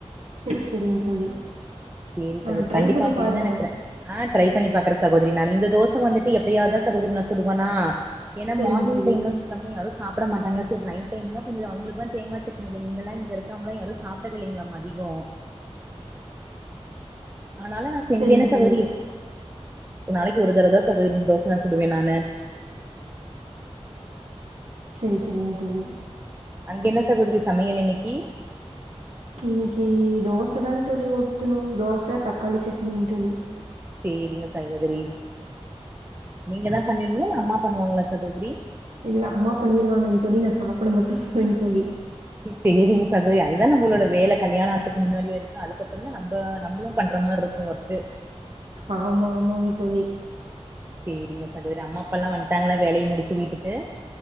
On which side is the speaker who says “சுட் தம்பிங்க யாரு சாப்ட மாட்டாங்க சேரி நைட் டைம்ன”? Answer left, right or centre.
Right